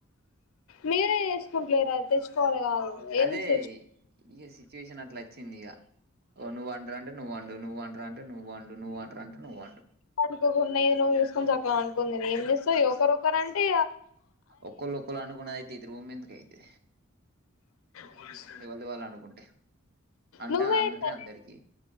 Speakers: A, on the left; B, on the right.
A: మీరే చేసుకుంటలేరా తెచ్చుకోవాలి కాదు ఏ
B: అదే
A: నుంచి తెచ్చుకుంటారు
B: ఇక సిచ్యువేషన్ అట్లా వచ్చింది ఇగ ఓ నువ్ అండరా అంటే నువ్వ వండు నువ్ వండరా అంటే నువ్ వండు నువ్ వండ్ర అంటే నువ్ వండు
A: అనుకోకున్నా ఏదో నువ్వు చూసుకొని సక్కలగా అనుకునీ తిను ఏం చేస్తావు ఒకరు ఒకరు అంటే ఇగ
B: ఒక్కోలు ఒక్కోలు అనుకోన్నాదైతే అయితే ఇది రూమ్ ఎందుకు అయితే
A: పోలీసు
B: ఎవరిది వాళ్ళు అనుకుంటే అంటే
A: నువ్వే <unintelligible>
B: అందుటిది అందరికి